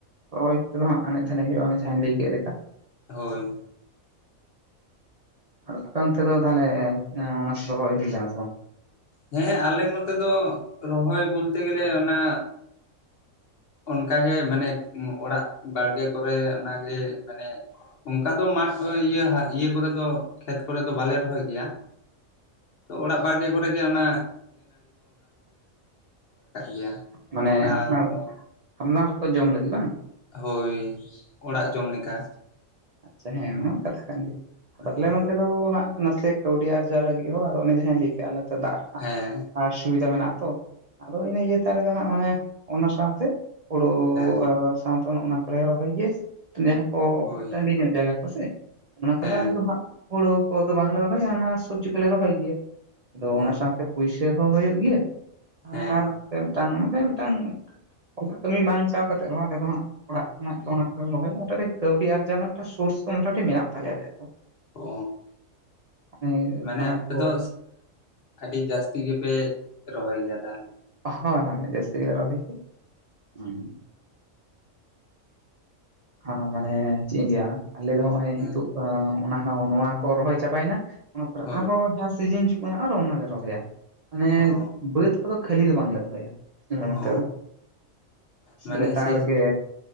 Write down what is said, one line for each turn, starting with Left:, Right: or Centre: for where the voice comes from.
Right: ᱦᱳᱭ ᱛᱚᱵᱮ ᱦᱟᱸᱜ ᱟᱱᱮᱡ ᱫᱷᱟᱱᱮᱡ ᱦᱩᱭᱩᱜᱼᱟ ᱡᱟᱦᱟᱸᱧ ᱞᱟᱹᱭ ᱠᱮᱫ ᱞᱮᱠᱟ᱾
Left: ᱦᱳᱭ!
Right: ᱟᱫᱚ ᱟᱯᱮ ᱚᱱᱛᱮ ᱫᱚ ᱛᱟᱦᱟᱞᱮ ᱚᱱᱟ ᱠᱚ ᱨᱚᱦᱚᱭ ᱦᱩᱭ ᱠᱟᱱᱟ ᱥᱮ ᱵᱟᱝ?
Left: ᱦᱮᱸ ᱟᱞᱮ ᱱᱚᱛᱮ ᱫᱚ ᱨᱚᱦᱚᱭ ᱵᱚᱞᱛᱮ ᱜᱮᱞᱮ ᱚᱱᱟ ᱚᱱᱠᱟᱜᱮ ᱢᱟᱱᱮ ᱚᱲᱟᱜ ᱵᱟᱲᱜᱮ ᱠᱚᱨᱮ ᱚᱱᱟᱜᱮ ᱢᱟᱱᱮ ᱚᱱᱠᱟ ᱫᱚ ᱢᱟᱴᱷ ᱤᱭᱟᱹ ᱤᱭᱟᱹ ᱠᱚᱨᱮ ᱫᱚ ᱠᱷᱮᱛ ᱠᱚᱨᱮ ᱫᱚ ᱵᱟᱞᱮ ᱨᱚᱦᱚᱭ ᱜᱮᱭᱟ᱾ ᱛᱚ ᱚᱲᱟᱜ ᱵᱟᱲᱜᱮ ᱠᱚᱨᱮᱜᱮ ᱚᱱᱟ ᱜᱮᱭᱟ
Right: ᱢᱟᱱᱮ
Left: ᱠᱚᱸᱰᱷᱟ
Right: ᱟᱯᱱᱟᱨ
Left: ᱠᱚ
Right: ᱟᱯᱱᱟᱨ ᱠᱚ ᱡᱚᱢ ᱞᱟᱹᱜᱤᱫ ᱵᱟᱝ?
Left: ᱦᱳᱭ ᱚᱲᱟᱜ ᱡᱚᱢ ᱞᱮᱠᱟ᱾
Right: ᱟᱪᱪᱷᱟ ᱦᱮᱸ ᱚᱱᱟ ᱦᱚ ᱠᱟᱛᱷᱟ ᱠᱟᱱ ᱜᱮᱭᱟ ᱟᱫᱚ
Left: ᱦᱳᱭ
Right: ᱟᱞᱮ ᱱᱚᱛᱮ ᱫᱚ ᱱᱟᱜ ᱱᱟᱥᱮ ᱠᱟᱹᱣᱰᱤ ᱟᱨᱡᱟᱣ ᱞᱟᱹᱜᱤᱫ ᱦᱚᱸ ᱟᱫᱚ ᱚᱱᱮ ᱡᱟᱦᱟᱸᱟᱧ ᱞᱟᱹᱭ ᱠᱮᱜᱼᱟ᱾ ᱫᱟᱜ ᱨᱮᱱᱟᱜ
Left: ᱦᱮᱸ
Right: ᱟᱥᱩᱵᱤᱫᱟ ᱢᱮᱱᱟᱜᱼᱟ ᱛᱚ᱾ ᱟᱫᱚ ᱤᱱᱟᱹ ᱤᱭᱟᱹ ᱛᱮ ᱟᱞᱮᱫᱚ ᱦᱟᱸᱜ ᱢᱟᱱᱮ ᱚᱱᱟ ᱥᱟᱶᱛᱮ ᱦᱩᱲᱳ
Left: ᱦᱮᱸ
Right: ᱟᱨ ᱥᱟᱶᱛᱮ ᱚᱱ ᱚᱱᱟ ᱠᱚᱞᱮ ᱨᱚᱦᱚᱭ ᱜᱮᱭᱟ ᱡᱟᱦᱟᱸ ᱠᱚ
Left: ᱦᱳᱭ
Right: ᱴᱟᱺᱰᱤ ᱧᱚᱜ ᱡᱟᱭᱜᱟ ᱠᱚᱥᱮ ᱚᱱᱟ ᱠᱚᱫᱚ
Left: ᱦᱮᱸ
Right: ᱟᱞᱮ ᱫᱚ ᱦᱟᱸᱜ ᱦᱩᱲᱩ ᱠᱚᱫᱚ ᱵᱟᱝᱞᱮ ᱨᱚᱦᱚᱭᱭᱟ ᱦᱟᱱᱟ ᱥᱚᱵᱽᱡᱤ ᱠᱚᱞᱮ ᱨᱚᱦᱚᱭ ᱜᱮᱭᱟ᱾ ᱟᱫᱚ
Left: ᱦᱳᱭ
Right: ᱚᱱᱟ ᱥᱟᱶᱛᱮ ᱯᱩᱭᱥᱟᱹ ᱦᱚᱸ ᱦᱩᱭᱩᱜ ᱜᱮᱭᱟ
Left: ᱦᱮᱸ
Right: ᱟᱨ ᱚᱱᱛᱮ ᱢᱤᱫᱴᱟᱝ ᱢᱟᱱᱮ ᱢᱤᱫᱴᱟᱝ ᱚᱲᱟᱜ ᱠᱟᱹᱢᱤ ᱵᱟᱝ ᱪᱟᱣ ᱠᱟᱛᱮ ᱨᱮᱦᱚᱸ ᱟᱞᱮ ᱫᱚ ᱦᱟᱸᱜ ᱚᱲᱟᱜ ᱚᱱᱟᱜ ᱚᱱᱟ ᱠᱚᱞᱮ ᱨᱚᱦᱚᱭᱟ ᱠᱟᱹᱣᱰᱤ ᱟᱨᱡᱟᱣ ᱨᱮᱱᱟᱜ ᱢᱤᱫᱴᱟᱝ ᱥᱳᱨᱥ ᱢᱳᱴᱟᱢᱩᱴᱤ ᱢᱮᱱᱟᱜ ᱛᱟᱞᱮᱭᱟ ᱟᱞᱮᱭᱟᱜ ᱫᱚ᱾
Left: ᱚ
Right: ᱚᱱᱮ
Left: ᱢᱟᱱᱮ
Right: ᱟᱱᱟᱡ
Left: ᱟᱯᱮ
Right: ᱠᱚ
Left: ᱫᱚ ᱟᱹᱰᱤ ᱡᱟᱹᱥᱛᱤ ᱜᱮᱯᱮ ᱨᱚᱦᱚᱭ ᱜᱮᱭᱟ ᱛᱟᱦᱟᱞᱮ᱾
Right: ᱦᱳᱭ ᱦᱳᱭ ᱡᱟᱹᱥᱛᱤ ᱜᱮᱞᱮ ᱨᱚᱦᱚᱭ ᱠᱮᱜ᱾ ᱩᱸ᱾ ᱦᱚᱸ ᱢᱟᱱᱮ ᱪᱮᱫ ᱤᱧ ᱞᱟᱹᱭᱟ ᱟᱞᱮ ᱫᱚ ᱦᱚᱸᱜᱼᱚᱭ
Left: ᱦᱮᱸ
Right: ᱱᱤᱛᱚᱜ ᱟᱸ ᱚᱱᱟ ᱦᱚᱸ ᱱᱚᱣᱟ ᱠᱚ ᱨᱚᱦᱚᱭ ᱪᱟᱵᱟᱭᱮᱱᱟ ᱚᱱᱟ ᱯᱚᱨᱮ
Left: ᱦᱳᱭ
Right: ᱟᱨᱦᱚᱸ ᱡᱟᱦᱟᱸ ᱥᱤᱡᱤᱱ ᱦᱤᱡᱩᱜ ᱠᱟᱱᱟ ᱟᱨᱦᱚ ᱚᱱᱟᱞᱮ ᱨᱚᱦᱚᱭᱟ᱾ ᱢᱟᱱᱮ
Left: ᱚ
Right: ᱵᱟᱹᱫᱽ ᱠᱚᱫᱚ ᱠᱷᱟᱹᱞᱤ ᱫᱚ ᱵᱟᱝᱞᱮ ᱫᱚᱦᱚᱭᱟ᱾ ᱚᱱᱛᱮ
Left: ᱚ
Right: ᱫᱚ?
Left: ᱢᱟᱱᱮ
Right: ᱞᱮᱛᱟᱲ
Left: ᱥᱤ
Right: ᱜᱮ!